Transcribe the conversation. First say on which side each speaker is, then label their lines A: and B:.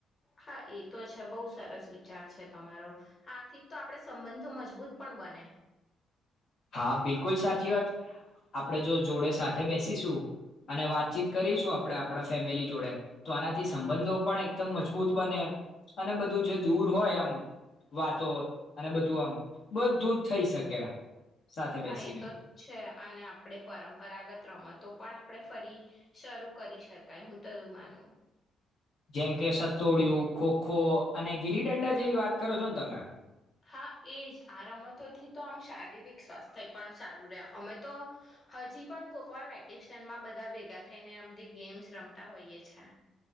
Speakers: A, on the left; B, on the left.
A: હા એ તો છે બહુ સરસ વિચાર છે તમારો હા થીક તો આપણે સંબંધો મજબૂત પણ બને.
B: હા બિલકુલ સાચી વાત આપણેે જો જોડે સાથે બેસીશું અને વાતચીત કરીશું આપણે આપણા ફેમિલી જોડે તો આનાથી સંબંધો પણ એકદમ મજબૂત બને અને બધું જે દૂર હોય આમ વાતો અને બધું આમ બધુ જ થઈ શકે. સાથે
A: હા,
B: બેસીને
A: એ તો છે અને આપણે પરંપરાગત રમતો પણ આપણે ફરી શરૂ કરી શકાય હું તો એવું માનું
B: જેમ કે સતોડિયુ, ખોખો અને ગીલીડંડા જેવી વાત કરો છો ને તમે
A: હા, એજ આ રમતોથી તો આમ શારીરિક સ્વાસ્થ્ય પણ સારું રહે અમે તો હજી પણ કોક વાર વેકેશનમાં બધા ભેગા થઈને આ બધી ગેમ્સ રમતા હોઈએ છે